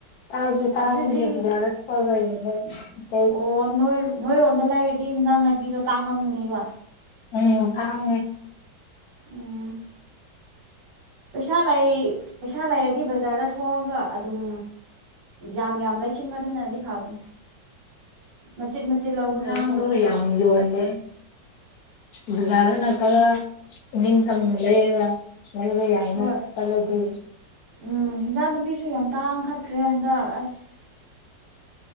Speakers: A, on the left; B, on the right.
A: ꯇꯥꯡꯁꯨ ꯇꯥꯡꯕꯒꯤ
B: ꯑꯗꯨꯗꯤ
A: ꯕꯖꯥꯔ <unintelligible>
B: ꯑꯣ ꯅꯣꯏ ꯅꯣꯏꯔꯣꯝꯗ ꯂꯩꯔꯗꯤ ꯏꯟꯖꯥꯡ ꯅꯥꯄꯤꯗꯣ ꯇꯥꯡꯂꯝꯒꯅꯦꯕ꯫
A: ꯎꯝ ꯇꯥꯡꯉꯦ꯫
B: ꯎꯝ ꯄꯩꯁꯥ ꯂꯩ ꯄꯩꯁꯥ ꯂꯩꯔꯗꯤ ꯕꯖꯥꯔꯗ ꯊꯣꯛꯑꯒ ꯑꯗꯨꯝ꯫ ꯌꯥꯝ ꯌꯥꯝ ꯂꯩꯁꯤꯟꯕꯗꯨꯅꯗꯤ ꯐꯕꯅꯤ꯫ ꯃꯆꯤꯠ ꯃꯆꯤꯠ
A: ꯏꯟꯖꯥꯡꯖꯨ
B: ꯁꯔꯨꯛ
A: ꯌꯥꯝ ꯌꯣꯟꯗꯦ ꯫ ꯕꯖꯥꯔꯗꯅ <unintelligible> ꯈꯔꯒ ꯏꯅꯤꯡꯇꯝꯅ ꯂꯩꯔꯒ ꯂꯩꯕ ꯌꯥꯏ꯫ ꯌꯥꯏꯅ
B: ꯍꯣꯏ
A: ꯆꯂꯗꯤ꯫
B: ꯎꯝ ꯍꯤꯟꯖꯥꯡ ꯅꯥꯄꯤꯁꯨ ꯌꯥꯝ ꯇꯥꯡꯈꯠꯈ꯭ꯔꯦ ꯍꯟꯗꯛ ꯑꯁ ꯫